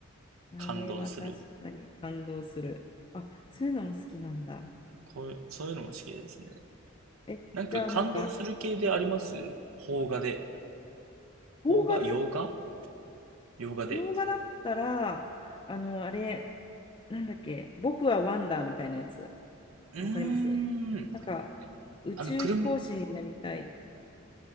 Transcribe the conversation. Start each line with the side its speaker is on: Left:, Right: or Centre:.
Left: あれは確かに感動する。
Right: 感動する。
Left: あ、そういうのも好きなんだ。
Right: こういう、そういうのも好きですね。
Left: え、
Right: なんか感動する系であります邦画で。
Left: じゃあなんか、
Right: 邦画洋画
Left: 邦画で
Right: 洋画で。
Left: 洋画だったら、あの、あれ、なんだっけ、僕はワンダーみたいなやつ、
Right: うー
Left: わかりますなんか、
Right: ん。
Left: 宇宙飛行士になりたい。
Right: あの、車、